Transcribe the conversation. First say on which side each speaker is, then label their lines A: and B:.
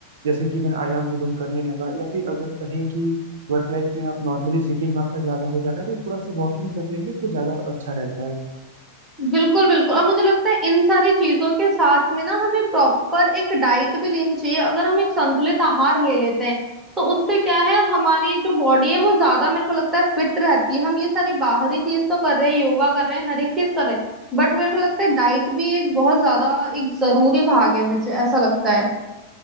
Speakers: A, on the right (about 60°); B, on the right (about 15°).
A: जैसे कि मैं आयाम विलोम करने लगा या फिर अगर कहें कि वर्क लाइफ में आप नॉर्मली सीटिंग आपका ज्यादा हो जा रहा है तो थोड़ा सा वॉकिंग कर लेंगे तो ज्यादा अच्छा रहता है
B: बिल्कुल बिल्कुल और मुझे लगता है इन सारी चीजों के साथ में ना हमें प्रॉपर एक डाइट भी लेनी चाहिए अगर हम एक संतुलित आहार ले लेते हैं तो उससे क्या है हमारी जो बॉडी है वो ज्यादा मेरे को लगता है फिट रहती है हम ये सारी बाहरी चीज तो कर रहे हैं योगा कर रहे हैं हर एक चीज कर रहे हैं बट मेरे को लगता है डाइट भी एक बहुत ज्यादा एक जरूरी भाग है मुझे ऐसा लगता है